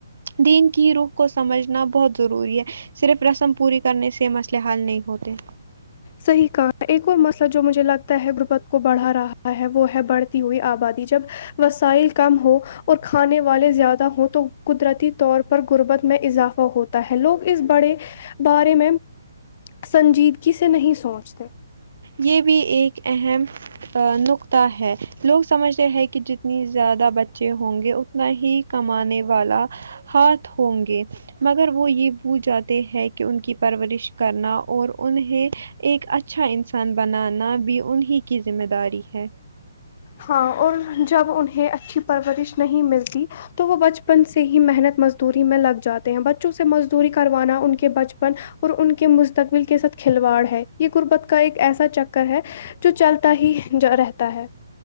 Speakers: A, on the right; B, on the left.
A: دین کی روخ کو سمجھنا بہت ضروری ہے صرف رسم پوری کرنے سے مسئلے حل نہیں ہوتے
B: صحیح کہا ہے ایک اور مسئلہ جو مجھے لگتا ہے غربت کو بڑھا رہا ہے وہ ہے بڑھتی ہوئی آبادی جب وسائل کم ہو اور کھانے والے زیادہ ہوں تو قدرتی طور پر غربت میں اضافہ ہوتا ہے لوگ اس بڑے بارے میں سنجیدگی سے نہیں سوچتے
A: یہ بھی ایک اہم نقتہ ہے لوگ سمجھتے ہیں کہ جتنی زیادہ بچے ہوں گے اتنا ہی کمانے والا ہاتھ ہوں گے مگر وہ یہ بھول جاتے ہیں کہ ان کی پرورش کرنا اور انہیں ایک اچھا انسان بنانا بھی انہیں کی ذمہ داری ہے
B: ہاں اور جب انہیں اچھی پرورش نہیں ملتی تو وہ بچپن سے ہی محنت مزدوری میں لگ جاتے ہیں بچوں سے مزدوری کروانا ان کے بچپن اور ان کے مستقبل کے ساتھ کھلواڑ ہے یہ غربت کا ایک ایسا چکر ہے جو چلتا ہی ج رہتا ہے